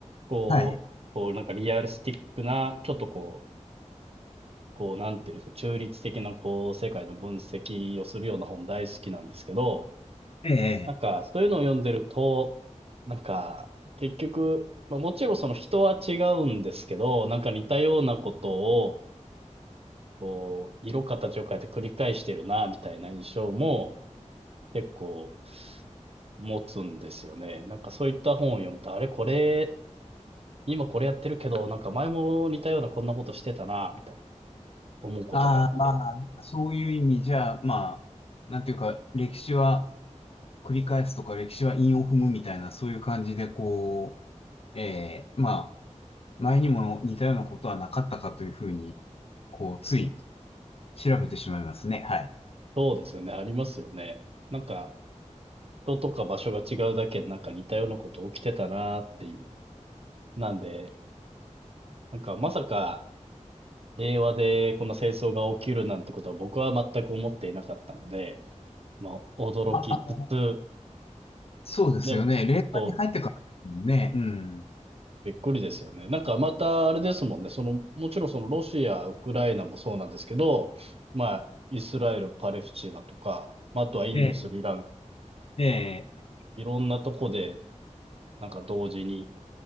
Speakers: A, on the right; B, on the left.
A: こう、
B: はい。
A: こうなんかリアルスティックな、ちょっとこう、こうなんていうんですか、中立的なこう世界の分析をするような本大好きなんですけど、
B: ええ。
A: なんかそういうのを読んでると、なんか結局、まあもちろんその人は違うんですけど、なんか似たようなことを、こう、色形を変えて繰り返してるな、みたいな印象も結構、持つんですよね。なんかそういった本を読むと、あれこれ、今これやってるけど、なんか前も似たようなこんなことしてたな、みたいな思うことがあって。
B: ああ、まあ、そういう意味じゃ、まあ、なんていうか、歴史は繰り返すとか、歴史は韻を踏むみたいな、そういう感じで、こう、ええ、まあ、前にも似たようなことはなかったかというふうに、こう、つい調べてしまいますね。はい。
A: そうですよね、ありますよね。なんか、人とか場所が違うだけでなんか似たようなこと起きてたなっていう。なんで、なんかまさか令和でこんな戦争が起きるなんてことは僕は全く思っていなかったので、ま、驚きつつ、
B: あ、そうですよね。
A: でも、
B: 令和に入ってからですもんね。
A: そう
B: うん。
A: びっくりですよね。なんかまたあれですもんね。その、もちろんそのロシア、ウクライナもそうなんですけど、まあ、イスラエル、パレスチナとか、まああとはインド、
B: え
A: スリランカ、
B: え、ええ。
A: いろんなとこで、なんか同時に